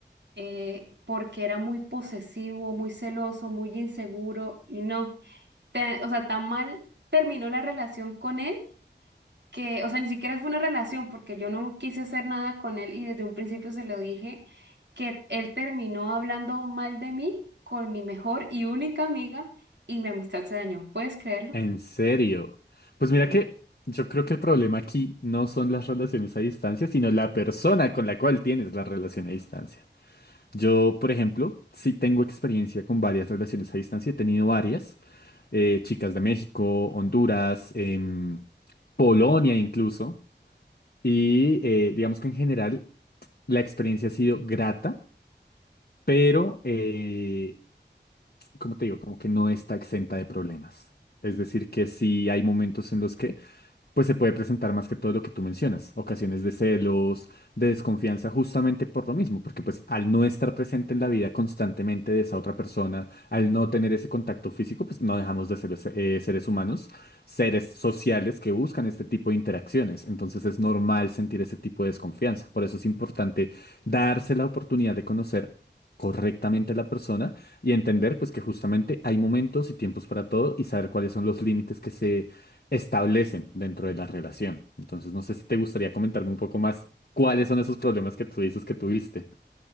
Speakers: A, on the right (about 70°); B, on the left (about 55°).
A: eh, porque era muy posesivo, muy celoso, muy inseguro y no, te- o sea, tan mal terminó la relación con él que, o sea, ni siquiera fue una relación porque yo no quise hacer nada con él y desde un principio se lo dije que él terminó hablando mal de mí con mi mejor y única amiga y mi amistad se dañó. ¿Puedes creerlo?
B: En serio. Pues mira
A: Sí.
B: que yo creo que el problema aquí no son las relaciones a distancia, sino la persona con la cual tienes la relación a distancia. Yo, por ejemplo, sí tengo experiencia con varias relaciones a distancia. He tenido varias. eh, chicas de México, Honduras, em, Polonia incluso. Y eh, digamos que en general la experiencia ha sido grata, pero, eh, como te digo, como que no está exenta de problemas. Es decir, que sí hay momentos en los que pues se puede presentar más que todo lo que tú mencionas, ocasiones de celos, de desconfianza, justamente por lo mismo, porque pues al no estar presente en la vida constantemente de esa otra persona, al no tener ese contacto físico, pues no dejamos de ser eh, seres humanos, seres sociales que buscan este tipo de interacciones, entonces es normal sentir ese tipo de desconfianza, por eso es importante darse la oportunidad de conocer correctamente a la persona y entender pues que justamente hay momentos y tiempos para todo y saber cuáles son los límites que se establecen dentro de la relación. Entonces, no sé si te gustaría comentarme un poco más cuáles son esos problemas que tú dices que tuviste.